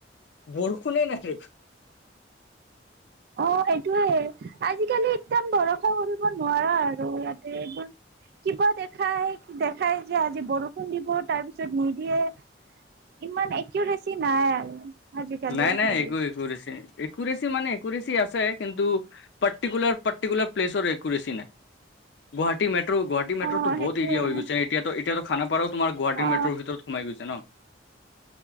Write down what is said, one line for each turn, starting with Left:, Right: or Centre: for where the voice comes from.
Left: বৰষুণ কনে নটৰিক <unintelligible>
Right: অ সেইটোয়ে। আজিকালি একদম বৰষুণ কৰিব নোৱাৰা আৰু ইয়াতে এইবোৰ কিবা দেখাই, দেখাই যে আজি বৰষুণ নিব তাৰপিছত নিদিয়ে। ইমান এক্যুৰেচি নাই আৰু। আজিকালি
Left: নাই-নাই
Right: হেৰিত
Left: একো একো কৰিছে। একুৰেচি মানে একুৰেচি আছে কিন্তু পাৰ্টিকুলাৰ-পাৰ্টিকুলাৰ প্লেচৰ একুৰেচি নাই। গুৱাহাটী মেট্ৰ গুৱাহাটী মেট্ৰটো
Right: অ সেইটোয়ে
Left: বহুত এৰিয়া হৈ গৈছে। এতিয়াটো-এতিয়াটো খানাপাৰাত তোমাৰ গুৱাহাটীৰ
Right: অ
Left: মেট্ৰৰ ভিতৰত সোমাইছে গৈছে ন?